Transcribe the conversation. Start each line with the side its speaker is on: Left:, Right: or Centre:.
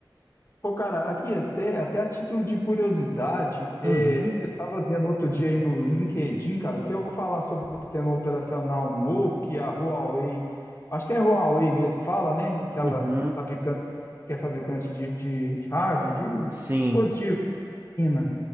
Left: Pô, cara, aqui até, até a título de curiosidade, é,
Right: Uhum,
Left: eu estava vendo outro dia aí no LinkedIn, cara, se eu falar sobre um sistema operacional novo que a Huawei, acho que é Huawei mesmo que fala, né? Aquela
Right: uhum.
Left: fabricante, que é fabricante de, de, de hardware, de
Right: Sim.
Left: dispositivo, China.